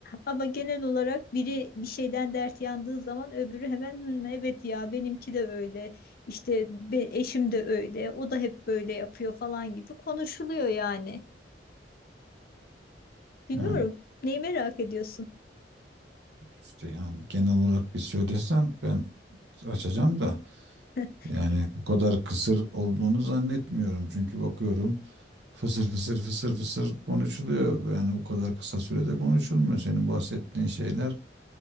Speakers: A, on the left (about 55°); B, on the right (about 70°).
A: Ama genel olarak biri bir şeyden dert yandığı zaman öbürü hemen "Hmm, evet ya benimki de öyle. İşte be- eşim de öyle. O da hep böyle yapıyor falan gibi konuşuluyor yani. Bilmiyorum.
B: Ha,
A: Neyi merak ediyorsun?
B: işte yani genel olarak bir söylesen ben açacağım da
A: <laughs>
B: yani bu kadar kısır olduğunu zannetmiyorum. Çünkü bakıyorum fısır fısır fısır fısır konuşuluyor. Yani o kadar kısa sürede konuşulmuyor. Senin bahsettiğin şeyler